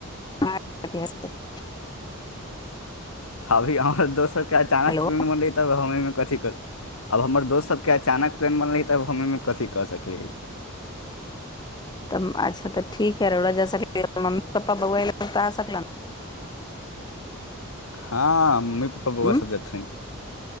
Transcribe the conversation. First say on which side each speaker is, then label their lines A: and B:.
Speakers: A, on the left; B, on the left.
A: ह हस्त <unintelligible>
B: अभी हमर दोस्त सबके अचानक
A: हेलो
B: पण मन रहै तब हम एहिमे कथी करब अब हमर दोस्त सबके अचानक प्लेन बनलै तऽब हम एहिमे कथी कऽ सकलियै।
A: तऽ अच्छा, तऽ ठीक, आ रहुआ जा सकलै, मम्मी-पप्पा बोलल तऽ आ सकल।
B: हँ मम्मी-पप्पा बौआ
A: हूं
B: सब जेथिन,